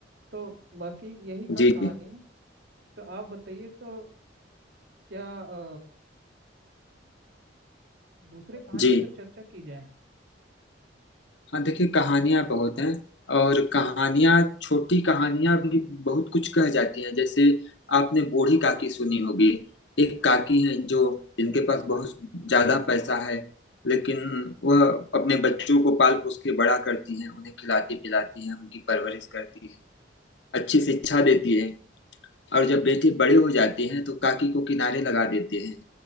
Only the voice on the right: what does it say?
तो बाकी यही था
कहानी
में तो आप बताइए तो क्या अ, दूसरे कहानी
पर चर्चा की जाए